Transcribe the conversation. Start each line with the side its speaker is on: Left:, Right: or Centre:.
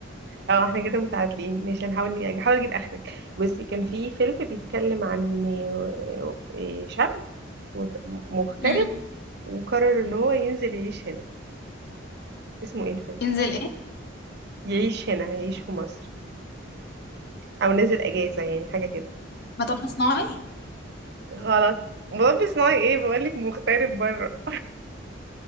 Right: اه احنا كده متعادلين مش هنحاول نج- هحاول اجيب اخرك بصي كان في فيلم بيتكلم عن آه، آه، شاب مت- مغترب
Left: أمم.
Right: وقرر ان هو ينزل يعيش هنا اسمه ايه الفيلم
Left: ينزل ايه
Right: يعيش هنا يعيش في مصر او نزل اجازة يعني حاجة كده
Left: مطب صناعي
Right: غلط مربي صناعي ايه بقولك مغترب بره